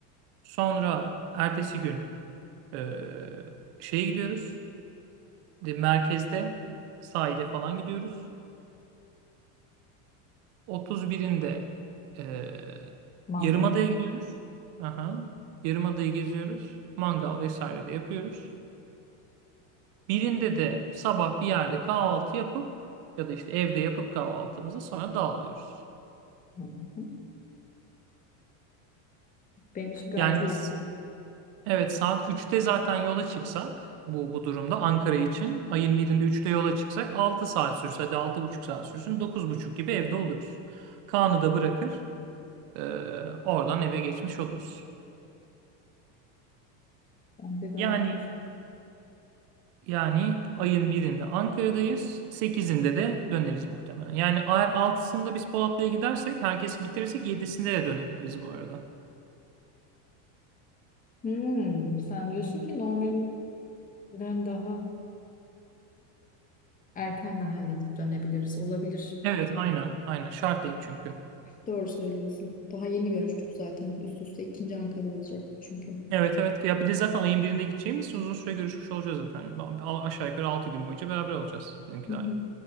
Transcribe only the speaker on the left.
Mango.
Hı hı. Benim için gayet
iyi
bir plan.
Bence gayet
güzel.
Hmm, sen diyorsun ki normalden daha erken de halledip dönebiliriz. Olabilir.
Doğru söylüyorsun. Daha yeni görüştük zaten. Üst üste ikinci Ankara olacak bu çünkü.
Hı hı.